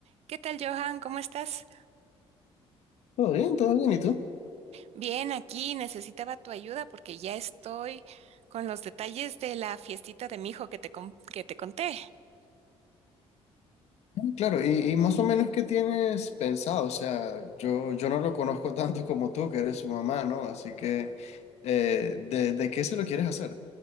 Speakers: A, on the right; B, on the left.
A: ¿Qué tal, Johan? ¿Cómo estás?
B: Todo bien, todo bien, ¿y tú?
A: Bien, aquí necesitaba tu ayuda porque ya estoy con los detalles de la fiestita de mi hijo que te, con- que te conté.
B: Claro, y, y más o menos qué tienes pensado, o sea, yo, yo no lo conozco <laughs> tanto como tú, que eres su mamá, ¿no? Así que, eh, ¿de, de qué se lo quieres hacer?